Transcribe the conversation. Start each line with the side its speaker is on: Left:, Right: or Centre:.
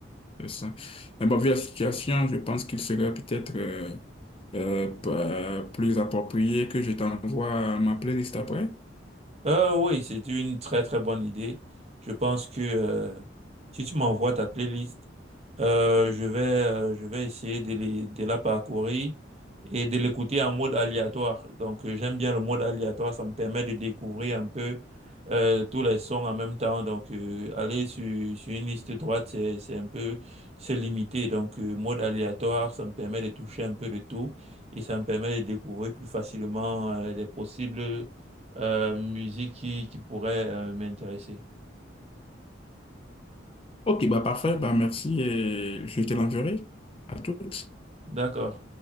Left: C'est ça. Mais bon, vu la situation, je pense qu'il serait peut-être euh, euh, pa- plus approprié que je t'envoie ma playlist après.
Right: Euh, oui, c'est une très très bonne idée. Je pense que euh, si tu m'envoies ta playlist, euh, je vais euh, je vais essayer de, les- de la parcourir et de l'écouter en mode aléatoire. Donc euh, j'aime bien le mode aléatoire, ça me permet de découvrir un peu euh, tous les sons en même temps. Donc euh, aller sur, sur une liste droite, c'est c'est un peu c'est limité. Donc euh, mode aléatoire, ça me permet de toucher un peu de tout et ça me permet de découvrir plus facilement euh, les possibles euh, musique qui, qui pourrait euh, m'intéresser.
Left: Ok, bah parfait, bah merci et je te l'enverrai. À toutes.
Right: D'accord.